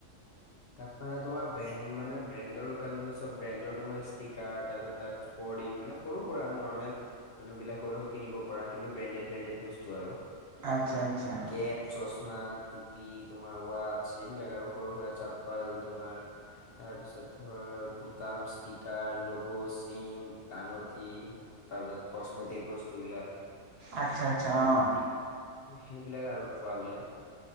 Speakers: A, on the left; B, on the right.
A: তাৰ মে তোমাৰ ব্ৰেণ্ড মানে ব্ৰেণ্ডৰ দোকান মানে চব ব্ৰেণ্ডৰ তোমাৰ ষ্টিকাৰ তাৰপিছত তাৰ বৰ্ডিং মানে সৰু সৰুৰা আৰু নৰ্মেল। মানুহ বিলাকৰো কিনিব প পৰা কিন্তু ব্ৰেণ্ডেড ব্ৰেণ্ডেড বস্তু আৰু।
B: আচ্ছা আচ্ছা।
A: টেপ চচমা টুপি তোমাৰ ৱচছ এইবিলাক আৰু সৰু সুৰা চাপ্পাল তোমাৰ তাৰ পিছত ধৰ বুটাম ষ্টিকাৰ লগো চেইন ডাঙঠি। তাৰপিছত কসমেটিক বস্তুবিলাক।
B: আচ্ছা আচ্ছা অ'।
A: সেইবিলাক আৰু পুৱা বিলাক।